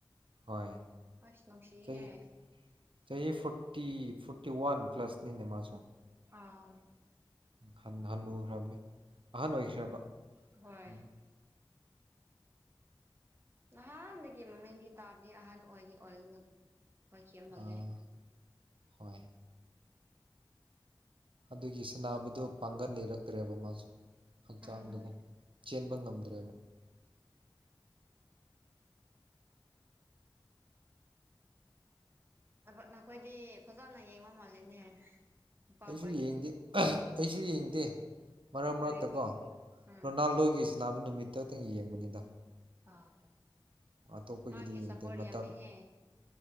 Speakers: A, on the right (about 80°); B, on the right (about 25°).
A: ꯍꯣꯏ
B: ꯑꯁ ꯅꯨꯡꯁꯤꯍꯦ
A: ꯆꯍꯤ ꯆꯍꯤ ꯐꯣꯔꯇꯤ ꯐꯣꯔꯇꯤ ꯋꯥꯟ ꯄ꯭ꯂꯁꯅꯤꯅꯦ ꯃꯥꯁꯨ
B: ꯑꯥ
A: ꯍꯟ ꯍꯅꯨꯈ꯭ꯔꯕꯅꯦ ꯑꯍꯟ ꯑꯣꯏꯈ꯭ꯔꯦꯕ
B: ꯎꯝ ꯍꯣꯏ
A: ꯎꯝ
B: ꯅꯍꯥꯟꯗꯒꯤ ꯃꯃꯤꯡꯗꯤ ꯇꯥꯕꯅꯤ ꯑꯍꯟ ꯑꯣꯏꯔꯤ ꯑꯣꯏ <unintelligible> ꯑꯣꯏꯈꯤꯕ ꯃꯥꯜꯂꯦ
A: ꯑꯥ ꯍꯣꯏ ꯑꯗꯨꯒꯤ ꯁꯥꯅꯕꯗꯨꯣ ꯄꯥꯡꯒꯟ ꯂꯩꯔꯛꯇ꯭ꯔꯦꯕ ꯃꯥꯁꯨ ꯍꯛꯆꯥꯡꯗꯨꯒꯣ
B: ꯎꯝ
A: ꯆꯦꯟꯕ ꯉꯝꯗ꯭ꯔꯦꯕ
B: ꯅꯈꯣ ꯅꯈꯣꯏꯗꯤ ꯐꯖꯅ ꯌꯦꯡꯕ ꯃꯥꯜꯂꯦꯅꯦ ꯅꯨꯄꯥꯈꯣꯏꯗꯤ
A: ꯑꯩꯁꯨ ꯌꯦꯡꯗꯦ ꯑꯩꯁꯨ ꯌꯦꯡꯗꯦ ꯃꯔꯛ ꯃꯔꯛꯇ
B: ꯀꯔꯤꯒꯤ
A: ꯀꯣ
B: ꯎꯝ
A: ꯔꯣꯅꯥꯜꯗꯣꯒꯤ ꯁꯅꯥꯕꯨ ꯅꯨꯃꯤꯠꯇꯣꯇꯪ ꯌꯦꯡꯕꯅꯤꯗ
B: ꯑꯥ
A: ꯑꯇꯣꯞꯄꯒꯤꯗꯤ
B: ꯃꯥꯒꯤ
A: ꯌꯦꯡꯗꯦ
B: ꯁꯞꯄꯣꯔꯠ
A: ꯃꯇꯝ
B: ꯌꯥꯝꯃꯦꯍꯦ